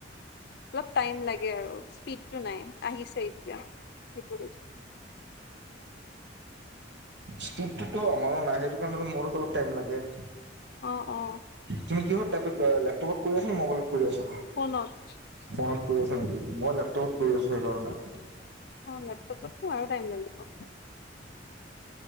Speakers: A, on the left; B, on the right.
A: অলপ টাইম লাগে আৰু স্পীডটো নাই আহিছে এতিয়া সেইটো
B: স্পীডটোতো আমাৰো নাই সেইটো কাৰণ মোৰো অলপ টাইম লাগে!
A: অ অ
B: তুমি কিহত লেপটপত কৰি আছ ন মোবাইলত কৰি আছো?
A: ফোনত।
B: ত পৰি আছ নেকি মই লেপটপত পৰি আছো সেইকাৰণে।
A: অ লেপটপ তো আৰু টাইম লাগিব।